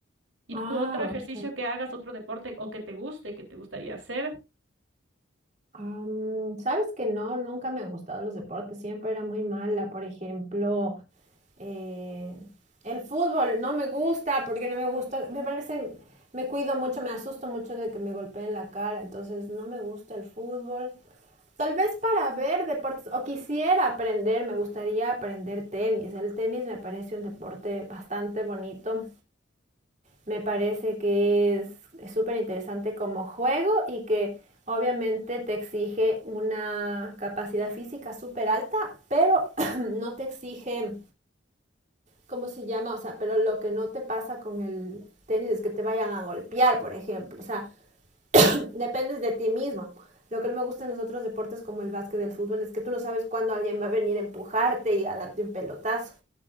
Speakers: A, on the right; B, on the right.
A: ¿Y
B: Ah,
A: tú otro ejercicio
B: ok.
A: que hagas, otro deporte o que te guste, que te gustaría hacer?
B: Am, sabes que no, nunca me han gustado los deportes, siempre era muy mala, por ejemplo, eh, el fútbol no me gusta porque no me gusta, me parecen, me cuido mucho, me asusto mucho de que me golpeen la cara, entonces no me gusta el fútbol. Tal vez para ver deportes, o quisiera aprender, me gustaría aprender tenis. El tenis me parece un deporte bastante bonito. Me parece que es súper interesante como juego y que obviamente te exige una capacidad física súper alta, pero <clears throat> <coughs> no te exige, ¿cómo se llama? O sea, pero lo que no te pasa con el tenis es que te vayan a golpear, por ejemplo. O sea, <clears throat> <coughs> dependes de ti mismo. Lo que no me gusta en los otros deportes como el básquet, el fútbol, es que tú no sabes cuándo alguien va a venir a empujarte y a darte un pelotazo.